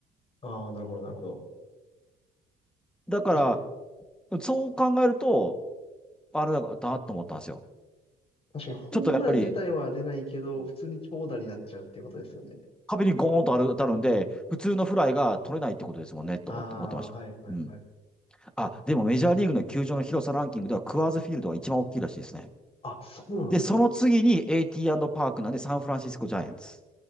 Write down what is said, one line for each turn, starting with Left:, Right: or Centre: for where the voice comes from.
Left: ああ、なるほど、なるほど。
Centre: だか
Left: 確かに、
Centre: ら、そう考えると、あれだなと思ったんですよ。
Left: 確かにホームラン自体は出ないけど、
Centre: ちょっとやっぱり、うん
Left: 普通に長打になっちゃうっていうことですよね。
Centre: 壁にゴーンと当たるんで、普通のフライが取れないってことですもんね、と思って、
Left: ああ、
Centre: 思ってました。
Left: はい、はい、
Centre: うん。
Left: はい。
Centre: あ、でもメジャーリーグの球場の広さランキングでは、クアーズフィールドが一番大きいらしいですね。
Left: あ、そうなんですね。
Centre: で、その次に AT& パークなんで、サンフランシスコジャイアンツ。